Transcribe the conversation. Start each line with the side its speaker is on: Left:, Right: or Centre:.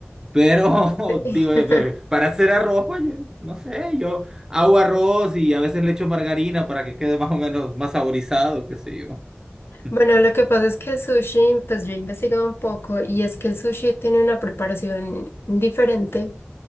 Right: Pero, <laughs>
Left: <laughs>
Right: digo, eh, eh, para hacer arroz, oye, no sé, yo hago arroz y a veces le echo margarina para que quede más o menos más saborizado, qué sé yo. Mm.
Left: Bueno, lo que pasa es que el sushi, pues yo he investigado un poco y es que el sushi tiene una preparación diferente.